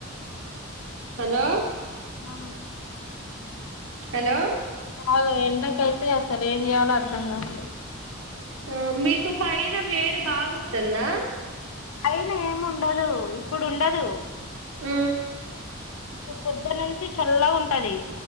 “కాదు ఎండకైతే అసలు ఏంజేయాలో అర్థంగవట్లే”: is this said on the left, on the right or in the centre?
Left